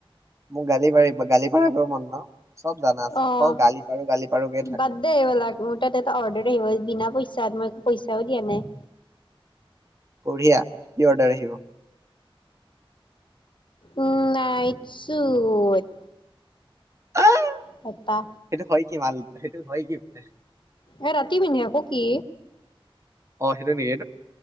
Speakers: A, on the right; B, on the left.
A: মোক গালি পাৰিব গালি পাৰিবই মন ন। চব জানা আছে
B: অৱ,
A: অকল গালি পাৰো গালি পাৰোকে থাক
B: বাদ দে এইবিলাক মোৰ তাত এটা অৰ্ডাৰ আহিব বিনা পইচা তাত মই পইচাও দিয়া নাই।
A: বুঢ়িয়া। কি অৰ্ডাৰ আহিব?
B: উম নাই চোত।
A: আহ!
B: পাপা
A: সেইটো হয় কি মাল! সেইটো হয় কিনোতে
B: এ ৰাতি পিন্ধি আকৌ কি
A: অ সেইটো নেকি!